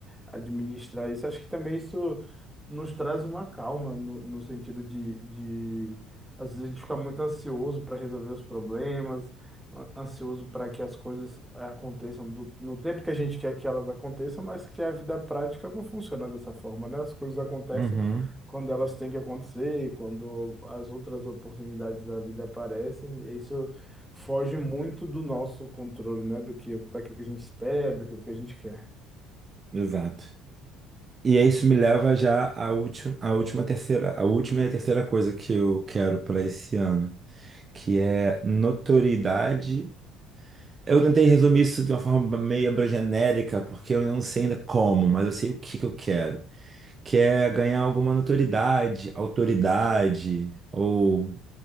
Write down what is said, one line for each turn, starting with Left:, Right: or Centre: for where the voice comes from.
Centre: administrar isso. Acho que também isso nos traz uma calma, no, no sentido de, de. Às vezes a gente fica muito ansioso para resolver os problemas, an- ansioso para que as coisas aconteçam do- no tempo que a gente quer que elas aconteçam, mas que a vida prática não funciona dessa forma, né? As coisas acontecem
Right: Uhum.
Centre: quando elas têm que acontecer, quando as outras oportunidades da vida aparecem, e isso foge muito do nosso controle, né? Do que, daquilo que a gente espera, daquilo que a gente quer.
Right: Exato. E aí isso me leva já à última, à última terceira, a última e a terceira coisa que eu quero para esse ano, que é notoriedade. Eu tentei resumir isso de uma forma meio genérica, porque eu não sei ainda como, mas eu sei o que que eu quero, que é ganhar alguma notoriedade, autoridade ou